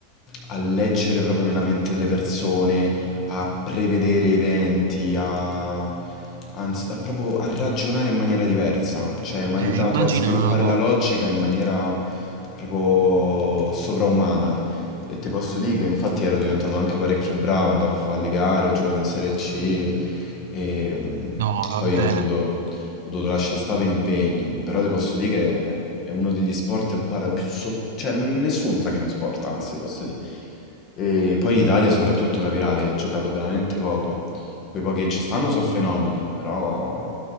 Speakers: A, on the left; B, on the right.
A: a leggere proprio nella mente delle persone, a prevedere eventi, a, anz- a proprio a ragionare in maniera diversa. Cioè, mi ha
B: eh,
A: aiutato
B: immaginavo...
A: a sviluppare la logica in maniera proprio sovraumana. E ti posso dire che infatti ero diventato anche parecchio bravo, andavo a fare le gare, ho giocato in Serie C e mm,
B: No, vabbè.
A: poi ho dovuto ho dovuto lasciare stare per impegni, però ti posso dire che è uno degli sport, guarda, più sotto... cioè non- nessuno sa che è uno sport, anzi, ti posso dire. E poi in Italia soprattutto, capirai, è giocato veramente poco. Quei pochi che ci stanno sono fenomeni, però...